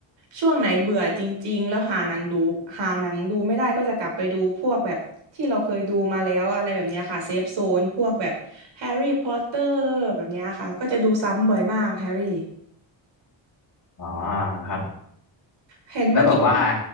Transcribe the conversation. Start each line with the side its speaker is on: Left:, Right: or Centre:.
Right: ช่วงไหนเบื่อจริงๆแล้วหาหนังดูหาหนังดูไม่ได้ก็จะกลับไปดูพวกแบบที่เราเคยดูมาแล้วอะไรแบบเนี้ยค่ะเซฟโซนพวกแบบแฮร์รี่พอตเตอร์แบบเนี้ยค่ะก็จะดูซ้ำบ่อยมากแฮร์รี่
Left: อ๋อครับ
Right: เห็นเมื่อกี้พูด
Left: แล้วแบบว่า